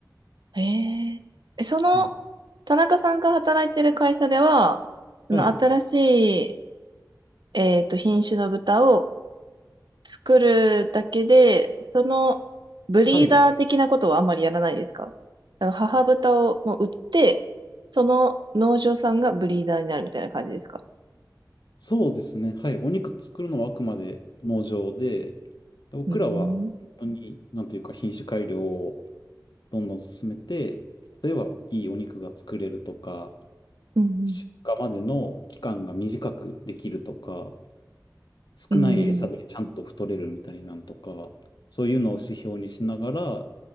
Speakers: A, on the right (about 75°); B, on the left (about 75°).
A: ええ。え、その、
B: あの
A: 田中さんが働いてる会社では、その新し
B: はい、
A: い、えっと、品種の豚を作るだけで、その、ブリーダー的なことはあんまりやらないですかだか
B: はい、
A: ら母豚をもう売って、その農場さんがブリーダーになるみたいな感じですか
B: そうですね、はい、お肉作るのはあくまで農場で、僕らは本当に、
A: うーん、
B: なんていうか、品種改良をどんどん進めて、例えばいいお肉が作れるとか、
A: うん、
B: 出荷までの期間が短くできるとか、少ない餌でちゃんと太れるみたいなんとか、
A: うん、うーん
B: そういうのを指標にしながら、